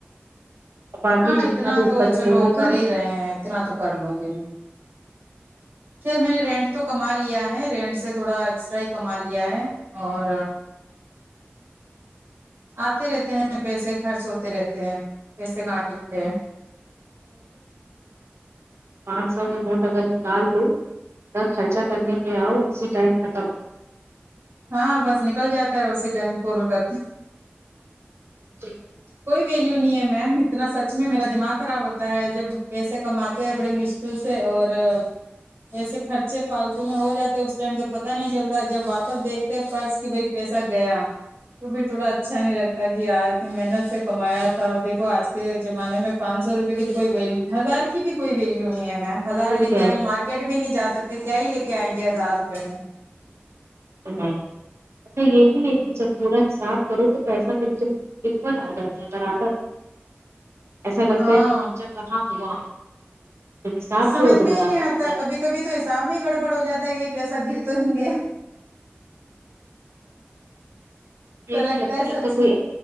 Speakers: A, on the right; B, on the right.
A: باقی
B: ہاں اتنا
A: جتنا بھی اوپر
B: تو چلو
A: لوگوں
B: کر
A: کا
B: ہی رہے ہیں اتنا تو کر لوں گی میں خیر میں نے رینٹ تو کما لیا ہے رینٹ سے تھوڑا ایکسٹرا ہی کما لیا ہے اور آتے رہتے ہیں پیسے خرچ ہوتے رہتے ہیں پیسے کہاں ٹک تے ہیں
A: پانچ ساؤ کا نوٹ اگر کال لو اگر خرچہ کرنے پہ آؤ اسی ٹائم ختم ہو
B: ہاں بس نکل جاتا ہے اسی ٹائم پور کرتے
A: <unintelligible>
B: کوئی ویلیو نہیں ہے معم اتنا سچ میں میرا دماغ خراب ہوتا ہے جب پیسے کماتے ہیں بڑی مشل سے اور ایسے خرچے فالتو میں ہو جاتے اس ٹائم تو پتا نہیں چلتا جب واپس دیکھ تیرے پرس کہ بھائی پیسہ گیا تو پھر تھوڑا اچھا نہیں لگتا کا یار اتنی محنت سے کمایا تھا اور دیکھو آج کے زمانے میں پانچ سو روپے کی تو کوئی ویلیو ہزار کی بھی کوئی ویلیو نہیں ہے معم ہزار
A: کوئی
B: لے
A: ویلیو
B: کے ہم مارکیٹ بھی نہیں جا سکتے کیا ہی لے کے آئیں گے ہزار روپئے میں
A: ا اچھا یہ بھی ہے کہ جب پورا حساب کرو تو پیسہ بالکل اکن آ جاتا ہے برابر ایسا لگتا
B: ہاں
A: ہے کہ خرچہ کہاں ہوا جب حساب
B: سمجھ
A: کر تو
B: میں
A: برابر
B: ہی نہیں آتا
A: آ جاتا
B: کبھی
A: ہے
B: کبھی تو حساب میں ہی گڑبڑ ہو جاتا ہے کہ یہ پیسہ گر تو نہیں گیا
A: یہ
B: ایسا
A: تو لگتا
B: ہے
A: لگتا
B: سچ
A: کوئی